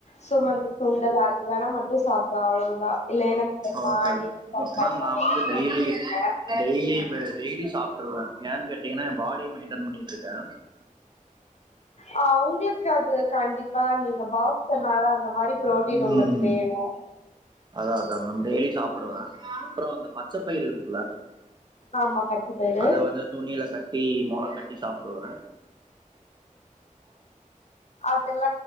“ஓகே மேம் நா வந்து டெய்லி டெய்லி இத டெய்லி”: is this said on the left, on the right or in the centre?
Right